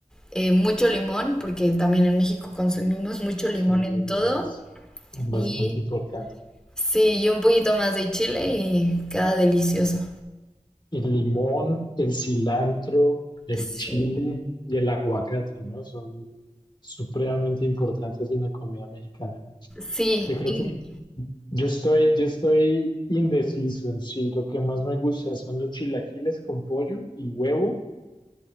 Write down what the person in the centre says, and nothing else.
eh, mucho limón, porque también en México consumimos mucho limón
en
todo,
y
sí, y un poquito más de chile y queda delicioso.
Sí,
sí,
y-